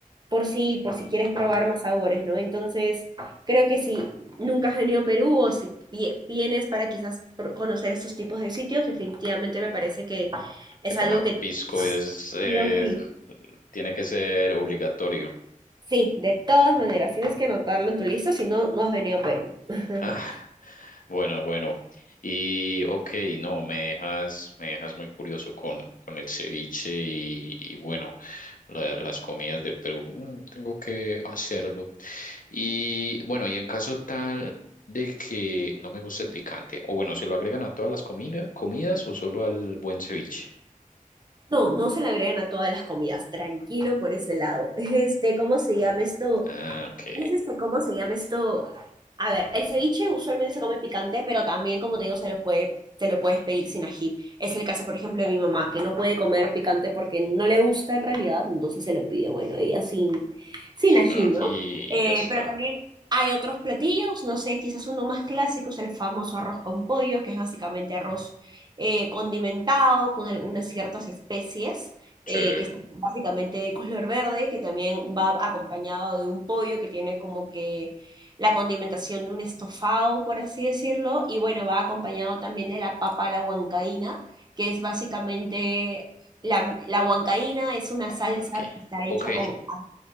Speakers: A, on the right; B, on the left.
A: por si, por si quieres probar más sabores, ¿no? Entonces, creo que si nunca has venido a Perú o si vi- vienes para quizás pro- conocer estos tipos de sitios, definitivamente me parece que es
B: que tomar
A: algo que
B: pisco es, es-
A: sí o sí.
B: tiene que ser obligatorio.
A: Sí, de todas maneras, tienes que anotarlo en tu lista, si no, no has venido a Perú. <laughs>
B: Ah, bueno, bueno. Y ok, no, me dejas, me dejas muy curioso con, con el ceviche y, y bueno, la- las comidas de Perú. Mm, tengo que hacerlo. Y bueno, y en caso tal de que no me guste el picante, o bueno, ¿se lo agregan a todas las comida- comidas o solo al buen ceviche?
A: No, no se le agregan a todas las comidas, tranquilo por ese lado. <laughs> Este, ¿cómo se llama esto?
B: Ah, ok.
A: Es este, ¿cómo se llama esto? A ver, el ceviche usualmente se come picante, pero también, como te digo, se lo puede, se lo puedes pedir sin ají. Es el caso, por ejemplo, de mi mamá, que no puede comer picante porque no le gusta en realidad, entonces se lo pide, bueno, ella sin, sin
B: Sin
A: ají,
B: ají
A: ¿no? Eh,
B: y ya está.
A: pero también hay otros platillos, no sé, quizás uno más clásico es el famoso arroz con pollo, que es básicamente arroz eh, condimentado con algunas ciertas especies
B: Sí.
A: eh, que es básicamente de color verde, que también va acompañado de un pollo que tiene como que la condimentación de un estofado, por así decirlo, y bueno, va acompañado también de la papa a la huancaína, que es básicamente, la, la huancaína es una
B: Papala,
A: salsa
B: ok.
A: que está
B: Ok,
A: hecha con